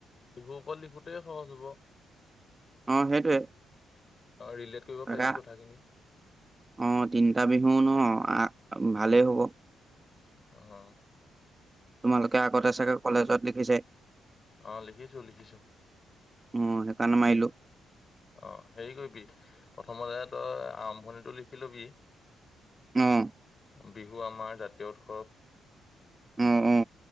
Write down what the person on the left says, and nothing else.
বিহুৰ ওপৰত লিখোতেই যুৱ। <unintelligible>
ৰিলেট কৰিব
পাৰিবি কথাখিনি
আহ।
অ', লিখিছো লিখিছো
অ, হেৰি কৰিবি প্ৰথমতে তই আৰম্ভণিটো লিখি লবি।
বিহু আমাৰ জাতীয় উৎসৱ।